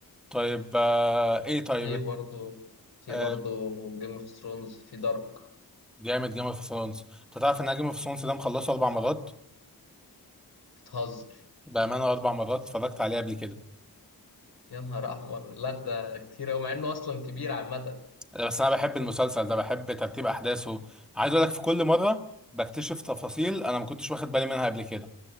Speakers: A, in the centre; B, on the left (about 80°).
A: طيب آه إيه طيب
B: في برضه في
A: آه
B: برضه جيم اوف ثرونز في دارك
A: جامد جيم اوف ثرونز أنت تعرف إن أنا جيم اوف ثرونز ده مخلصه أربع مرات
B: بتهزر
A: بأمانة أربع مرات اتفرجت عليه قبل كده
B: يا نهار احمر لا ده كتير قوي مع انه اصلا كبير عامه
A: بس أنا بحب المسلسل ده بحب ترتيب أحداثه عايز أقول لك في كل مرة بكتشف تفاصيل أنا ما كنتش واخد بالي منها قبل كده